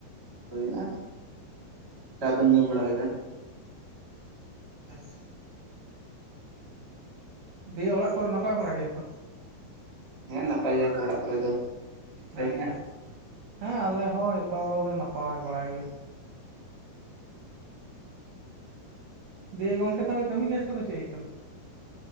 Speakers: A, on the right; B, on the right.
A: ᱦᱩᱭ ᱱᱟ ᱪᱟ ᱫᱚᱧ ᱧᱩ ᱵᱟᱲᱟ ᱠᱮᱫᱟ᱾
B: ᱟᱪᱪᱷᱟ᱾ ᱫᱤᱭᱮ ᱚᱲᱟᱜ ᱠᱚᱨᱮ ᱱᱟᱯᱟᱭ ᱵᱟᱲᱟ ᱜᱮ ᱡᱚᱛᱚ?
A: ᱦᱮᱸ ᱱᱟᱯᱟᱭ ᱜᱮᱭᱟ ᱠᱚ ᱚᱲᱟᱜ ᱠᱚᱨᱮ ᱫᱚ᱾ ᱱᱟᱯᱟᱭ
B: ᱟᱪᱪᱷᱟᱻ
A: ᱜᱮ ᱦᱟᱸᱜ
B: ᱟᱪᱪᱷᱟᱻ ᱦᱮᱸ ᱟᱞᱮ ᱦᱚᱸ ᱡᱚᱛᱚ ᱞᱮ ᱱᱟᱯᱟᱭ ᱵᱟᱲᱟ ᱜᱮᱭᱟ᱾ ᱫᱤᱭᱮ ᱜᱚᱝᱠᱮ ᱛᱟᱦᱚᱞᱮ ᱠᱟᱹᱢᱤ ᱠᱟᱡᱽ ᱠᱚᱫᱚ ᱪᱮᱫ ᱦᱩᱭᱩᱜ ᱠᱟᱱᱟ?